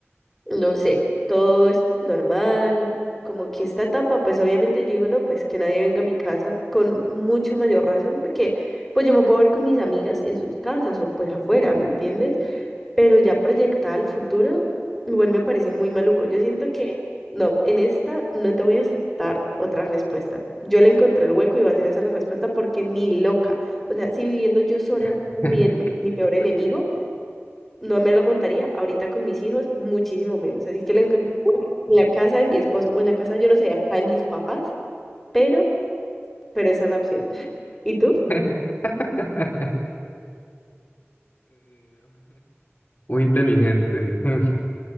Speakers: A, in the centre; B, on the left.
A: no sé, todo es normal, como que esta etapa, pues obviamente yo digo, no, pues que nadie venga a mi casa con mucha mayor razón, porque pues yo me puedo ver con mis amigas en sus casas o pues afuera, ¿me entiendes? pero ya proyectada al futuro, igual me parece muy maluco. Yo siento que no, en esta no te voy a aceptar otra respuesta. Yo le encontré el hueco y va a ser esa la respuesta porque ni loca. O sea, si viviendo yo sola,
B: <laughs>
A: mi, mi, mi peor enemigo, no me lo aguantaría ahorita con mis hijos, muchísimo menos. Así que le encontré el hueco en la casa de mi esposo o en la casa, yo no sé, hasta de mis papás, pero, pero esa es la opción. <laughs> ¿Y tú?
B: eh, <laughs> muy inteligente. <laughs>